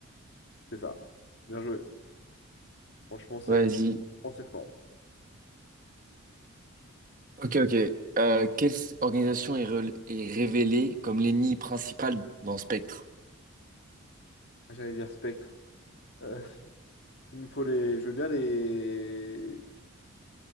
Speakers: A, on the left; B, on the right.
A: c'est ça. Bien joué. Franchement, c'est
B: Vas-y.
A: franchement, c'est fort.
B: Ok, ok. Euh, quelle s- organisation est, rel- est révélée comme l'ennemi principal dans Spectre?
A: Ah, J'allais dire Spectre. Euh, <laughs> il me faut les. Je veux bien les.